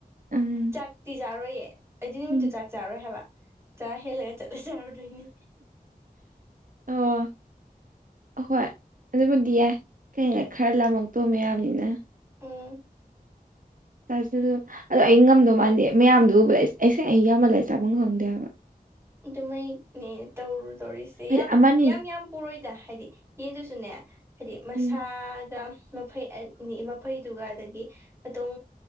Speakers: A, on the right; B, on the right.
A: ꯎꯝ
B: ꯆꯥꯛꯇꯤ ꯆꯥꯔꯣꯏꯌꯦ ꯑꯗꯨꯗꯤ ꯅꯨꯃꯨꯠꯇꯨ
A: ꯎꯝ
B: ꯆꯥꯛ ꯆꯥꯔꯣꯏ ꯍꯥꯏꯕ ꯇ ꯍꯦꯜꯂ ꯆꯂ ꯆꯥꯎꯔꯗꯣꯏꯅꯤ
A: ꯑꯣ ꯑꯍꯣꯏ ꯑꯗꯨꯕꯨꯗꯤ ꯑꯦ ꯀ ꯈꯔ ꯂꯥꯝꯃꯛꯇꯣ ꯃꯌꯥꯝꯅꯤꯅ
B: ꯎꯝ
A: ꯆꯥ ꯑꯗꯣ ꯑꯩ ꯉꯝꯗꯧ ꯃꯥꯟꯗꯦ ꯃꯌꯥꯝꯗꯨ ꯎꯕ ꯑꯩꯁꯦ ꯑꯩ ꯌꯥꯝꯌꯥꯝꯕꯜ ꯂ ꯆꯥꯐꯝ ꯈꯪꯗꯦ ꯍꯥꯏꯕ
B: ꯑꯗꯨꯃꯥꯏꯅꯦ ꯇꯧꯔꯨꯗꯧꯔꯤꯁꯦ
A: ꯍꯥꯏꯗꯤ
B: ꯌꯥꯝ
A: ꯑꯃꯅꯤ
B: ꯌꯥꯝ ꯌꯥꯝ ꯄꯨꯔꯣꯏꯗ ꯍꯥꯏꯗꯤ ꯌꯦꯡꯗꯨꯁꯨꯅꯦ ꯍꯥꯏꯗꯤ ꯃꯁꯥꯒ
A: ꯎꯝ
B: ꯃꯐꯩ ꯑꯅꯤ ꯃꯐꯩꯗꯨꯒ ꯑꯗꯒꯤ ꯑꯇꯣꯝ